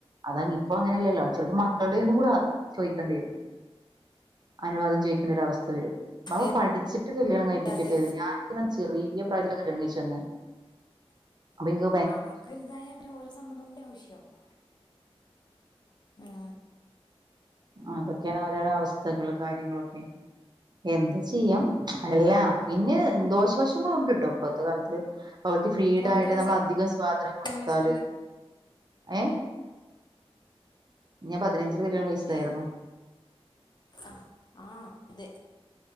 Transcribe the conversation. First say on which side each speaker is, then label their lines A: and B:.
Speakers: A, on the right; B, on the left.
A: അതാണ് ഇപ്പൊ അങ്ങനെയല്ലല്ലോ ചെലപ്പോ മക്കളുടെ ഇതും കൂടെ ചോയിക്കേണ്ടി വരും അനുവാദം ചോയ്ക്കേണ്ടാ ഒരവസ്ഥ <unintelligible>
B: അതെ
A: പഠിച്ചിട്ട് കല്യാണം കഴി പ്പിക്കേക്കെ
B: അതെ
A: ഞാനൊക്കെന്ന് പറഞ്ഞ ചെറിയ പ്രായത്തിൽ കല്യാണം കഴിച്ചു വന്നേ അപ്പെനിക്
B: ആഹ് മക്കൾ വല്തായ ഓരെ സമ്മതം കൂടെ ആവശ്യാവും ഉം
A: അതൊക്കെയാണ് ഓരോരോ അവസ്ഥകള് കാര്യങ്ങളൊക്കെ എന്ത് ചെയ്യാം അല്ല പിന്നെ ദോഷവശ ങ്ങള്ണ്ടുട്ടോ ഇപ്പത്തെ കാലത്തില് പകുതി ഫ്രീഡം
B: എത്രാമത്തെ
A: ആയിട്ട്
B: വയസ്സായി
A: നമ്മള് അധികം സ്വാതന്ത്ര്യം കൊടുത്താല്
B: കല്യാണം കഴിച്ചിട്ടുണ്ട്
A: ഏഹ് ഞാൻ പതിനഞ്ചില് കല്യാണം കഴിച്ചതായിരുന്നു
B: ഏഹ് ആഹ് ആഹ അതെ